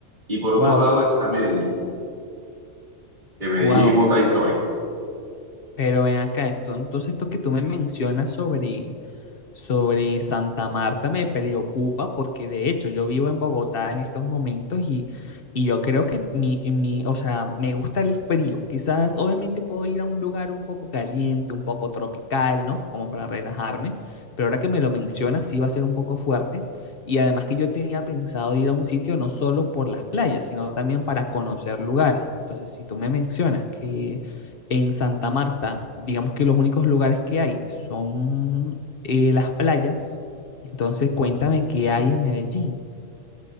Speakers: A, on the right; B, on the left.
A: Y por otro
B: Wow,
A: lado está Medellín, que Medellín
B: wow.
A: es otra historia.
B: Pero ven acá esto. Entonces, esto que tú me mencionas sobre, sobre Santa Marta me preocupa porque de hecho yo vivo en Bogotá en estos momentos y, y yo creo que mi, mi, o sea, me gusta el frío. Quizás obviamente puedo ir a un lugar un poco caliente, un poco tropical, ¿no? Como para relajarme, pero ahora que me lo mencionas sí va a ser un poco fuerte. Y además que yo tenía pensado ir a un sitio no solo por las playas, sino también para conocer lugares. Entonces, si tú me mencionas que en Santa Marta, digamos que los únicos lugares que hay son eh, las playas. Entonces, cuéntame qué hay en Medellín.